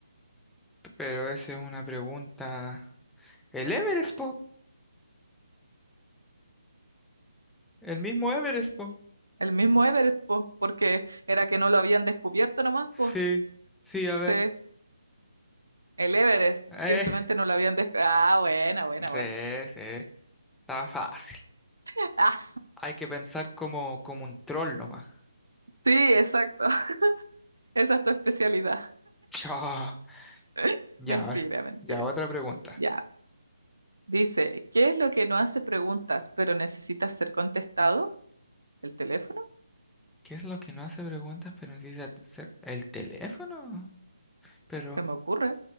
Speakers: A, in the centre; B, on the right.
A: Pero esa es una pregunta. El Everest, po. El mismo Everest, po.
B: El mismo Everest, po, porque era que no lo habían descubierto nomás, po.
A: Sí, sí, a
B: Sí,
A: ver.
B: el Everest,
A: Eh,
B: simplemente
A: <laughs>
B: no lo habían descubierto. Ah, buena, buena,
A: sí,
B: buena.
A: sí. Está fácil.
B: <laughs> Ah,
A: Hay que pensar como, como un troll nomás. <laughs>
B: sí, exacto. <laughs> Esa es tu especialidad.
A: Chao.
B: <laughs>
A: Ya,
B: Mentira,
A: a ver,
B: mentira.
A: ya, otra pregunta.
B: Ya. Dice, ¿qué es lo que no hace preguntas, pero necesita ser contestado? ¿El teléfono?
A: ¿Qué es lo que no hace preguntas, pero necesita hacer el teléfono? Pero
B: Se me ocurre.